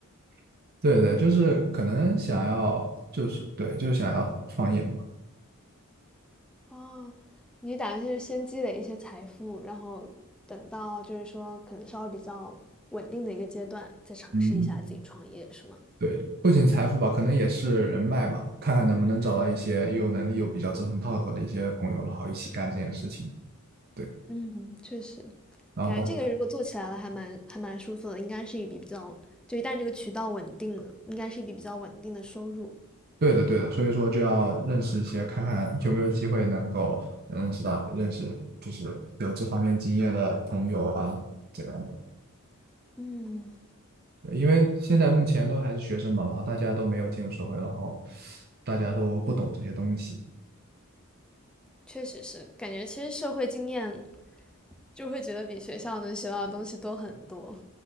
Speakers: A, on the right; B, in the centre.
A: <laughs> 对对，就是可能想要，就是对，就是想要创业嘛。
B: 哦，你打算是先积累一些财富，然后等到就是说可能稍微比较稳定的一个阶段，再尝试一下自己创业，
A: 嗯，
B: 是吗？
A: 对，不仅财富吧，可能也是人脉嘛，看看能不能找到一些又有能力又比较志同道合的一些朋友，然后一起干这件事情。对，
B: 嗯，确实，
A: 然后包。
B: 感觉这个如果做起来了，还蛮还蛮舒服的，应该是一笔比较，就一旦这个渠道稳定了，应该是一笔比较稳定的收入。
A: 对的，对的，所以说就要认识一些，看看有没有机会能够认识到认识就是有这方面经验的朋友啊，这样的。
B: 嗯，
A: 对因为现在目前都还是学生嘛，然后大家都没有进入社会，然后大家都不懂这些东西。
B: 确实是，感觉其实社会经验就会觉得比学校能学到的东西多很多。